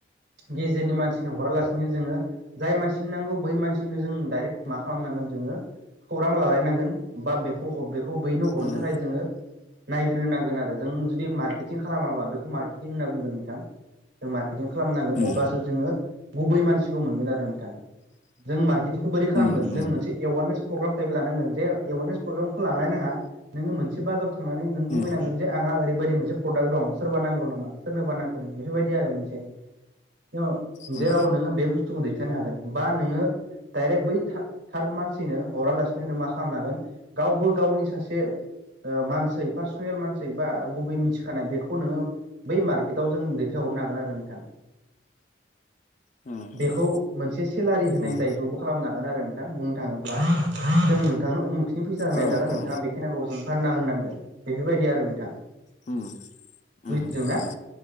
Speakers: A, on the right; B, on the left.
A: गेजेरनि मानसिनो हरालासिनो जोङो जाय मानसिनो नांगौ बै मानसिनो जों डाइरेक्ट मा खालामनांगोन जोङो खौरां लालायनांगोन बा बेखौ हरदो खौ बैनो हरनो
B: उम
A: थाखाय जोङो नायग्रोनांगोन आरो जों जुदि मार्केटिं खालामाबा बेखौ मार्के टिन होनना बुंगोन नोंथां? जों मार्केटिं खालामनांगोन
B: उम
A: अब्लासो जोङो गुबै मानसिखौ मोनगोन आरो नोंथां। जों मार्केटिंखौ बोरै खालामगोन
B: उम उम
A: जों मोनसे एवारनेस फग्राम टाइप लानांगोन जे एवारनेस प्रग्रामखौ लानोनो नाङा नोङो मोनसे बाजार थांनानै नों बुंहैनांगोन
B: उम
A: जे आंहा ओरैबायदि मोन से प्रडाक्ट दं सोरबा नांगौ नामा सोरनोबा नांगौ नोंनो बेफोरबायदि आरो मोनसे एव
B: उम
A: जेराव नोङो बे बुस्थुखौ दैथायनो हागोन बा नोङो डाइरेक्ट बै था-थार्द मानसैनो हरालासिनो नों मा खालामन हागोन गावबो गावनि सासे ओ मानसै पार्सनेल मानसै बा गुबै मिथिखानाय बेखौ नोङो बै मार्केटाव जों दैथायह हरनो हागोन आरो नोंथां।
B: उम उम
A: बेखौ मोनसे सेलारि होनाय
B: उम
A: टाइपावबो खालामनां आरो नोंथां बुंनो थाङोब्ला जों नोंथांनो उमुखनि फैसा होनाय
B: औ
A: जागोन नोंथाङा
B: औ
A: बेखिनाखौ जोंनो फानना होननांगोन बेफोरबायदि आरो नोंथां।
B: उम।
A: बुजिदोंना
B: उम उम